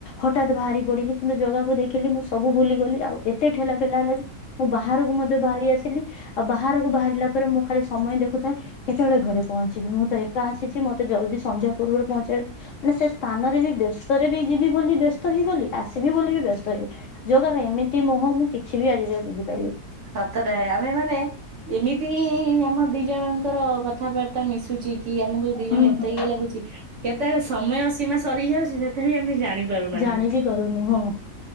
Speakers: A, on the left (about 65°); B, on the right (about 55°).
A: ହଠାତ୍ ବାହାରି ପଢିଲି କିନ୍ତୁ ଜାଗାକୁ ଦେଖିଲି ମୁଁ ସବୁ ଭୁଲିଗଲି ଆଉ ଏତେ ଠେଲା ପେଲା ହେଲା ଯେ ମୁଁ ବାହାରକୁ ମଧ୍ୟ ବାହାରି ଆସି ଲି ଆଉ ବାହାରକୁ ବାହାରିଲା ପରେ ମୁଁ ଖାଲି ସମୟ ଦେଖୁଥାଏ କେତେବେଳେ ଘରେ ପହଞ୍ଚିବି ମୁଁ ତ ଏକା ଆସିଛି ମତେ ଜଲ୍ଦି ସନ୍ଧ୍ୟା ପୂର୍ବରୁ ପହଞ୍ଚ ମାନେ ସେ ସ୍ଥାନରେ ବି ବ୍ୟସ୍ତରେ ବି ଯିବି ବୋଲି ବ୍ୟସ୍ତ ହେଇଗଲି। ଆସିବି ବୋଲି ବି ବ୍ୟସ୍ତଇ ଯୋଗାର ଏମିତି ମୁହଁ ମୁଁ କିଛି ବି ଆଜି ବୁଝିପାଇଲିି।
B: ସତଟା ଆମେ ମାନେ ଏମିତି ଆମ ଦି ଜଣଙ୍କର କଥାବାର୍ତ୍ତା ମିଶୁଛି। କି ଆମକୁ ଦି ଜଣ
A: ହୁଁ
B: ଏତେ
A: ହୁଁ।
B: ଇଏ ଲାଗୁଛି କେତେବେଳେ ସମୟ ସୀମା ସରି ଯାଉଛି ସେତେବେ ବି ଆମେ ଜାଣି ଆଣି ପାରୁନାହାନ୍ତି।
A: ଜାଣି ବିି ପାରୁନୁ ହଁ